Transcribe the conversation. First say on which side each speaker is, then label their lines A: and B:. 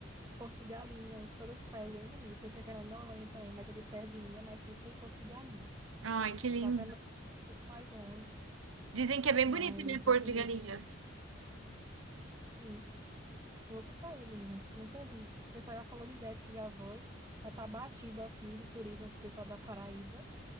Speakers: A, on the right; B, on the right.
A: Porto de Galinhas, todas as praias bem bonitas. Tem Fernando de Noronha também, mas aqui perto de mim é mais Serpa e Porto de Galinhas.
B: Ai, que
A: Só
B: lindo.
A: pelo é um pouco mais longe,
B: Dizem que é bem
A: mas
B: bonito, né, Porto
A: é bonito.
B: de Galinhas.
A: Sim, tô louca pra ir, menina. Nunca vi. O pessoal já falou direto que já foi. Já tá batido aqui de turismo pro pessoal da Paraíba.